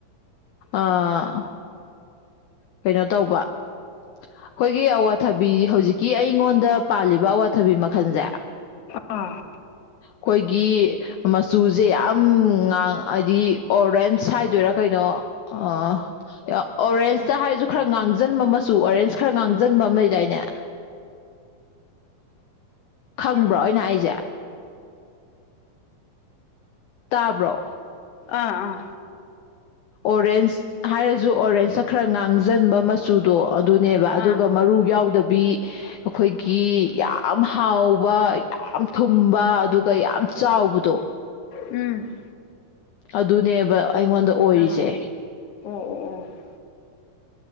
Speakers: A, on the left; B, on the left.
A: ꯑꯥ ꯀꯩꯅꯣ ꯇꯧꯕ ꯑꯩꯈꯣꯏꯒꯤ ꯑꯋꯥꯊꯕꯤ ꯍꯧꯖꯤꯛꯀꯤ ꯑꯩꯉꯣꯟꯗ ꯄꯥꯜꯂꯤꯕ ꯑꯋꯥꯊꯕꯤ ꯃꯈꯜꯁꯦ
B: ꯑꯥ
A: ꯈꯣꯏꯒꯤ ꯃꯆꯨꯁꯦ ꯌꯥꯝ ꯉꯥꯡ ꯍꯥꯏꯗꯤ ꯑꯣꯔꯦꯟꯁ ꯍꯥꯏꯗꯣꯏꯔꯥ ꯀꯩꯅꯣ ꯑꫭ ꯌꯥꯝ ꯑꯣꯔꯦꯟꯁ ꯇꯥ ꯍꯥꯏꯁꯨ ꯈꯔ ꯉꯥꯡꯖꯟꯕ ꯃꯆꯨ ꯑꯣꯔꯦꯟꯁ ꯈꯔ ꯉꯥꯡꯖꯟꯕ ꯑꯃ ꯂꯩꯗꯥꯏꯅꯦ ꯈꯪꯕ꯭ꯔꯣ
B: ꯎꯝ
A: ꯑꯩꯅ ꯍꯥꯏꯁꯦ ꯇꯥꯕ꯭ꯔꯣ
B: ꯑꯥ ꯑꯥ
A: ꯑꯣꯔꯦꯟꯁ ꯍꯥꯏꯔꯁꯨ ꯑꯣꯔꯦꯟꯁꯇ ꯈꯔ ꯉꯥꯡꯖꯟꯕ ꯃꯆꯨꯗꯣ ꯑꯗꯨꯅꯦꯕ ꯑꯗꯨꯒ
B: ꯑꯥ
A: ꯃꯔꯨ ꯌꯥꯎꯗꯕꯤ ꯑꯩꯈꯣꯏꯒꯤ ꯌꯥꯝ ꯍꯥꯎꯕ ꯌꯥꯝ ꯊꯨꯝꯕ ꯑꯗꯨꯒ ꯌꯥꯝ ꯆꯥꯎꯕꯗꯣ
B: ꯎꯝ
A: ꯑꯗꯨꯅꯦꯕ ꯑꯩꯉꯣꯟꯗ ꯑꯣꯏꯔꯤꯁꯦ
B: ꯑꯥ ꯑꯣ ꯑꯣ ꯑꯣ